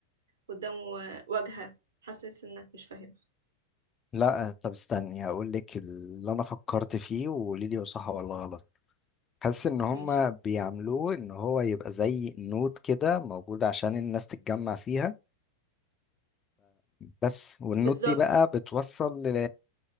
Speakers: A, on the right (about 65°); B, on the left (about 25°).
A: قدامه واجهة حاسس إنك مش فاهم
B: لا طب استني هقول لك اللي أنا فكرت فيه وقولي لي هو صح ولا غلط حاسس إن هما
A: ماشي
B: بيعملوه إن هو يبقى زي نوت كده موجود عشان الناس تتجمع فيها بس والنوت
A: بالظبط
B: دي بقى بتوصل ل...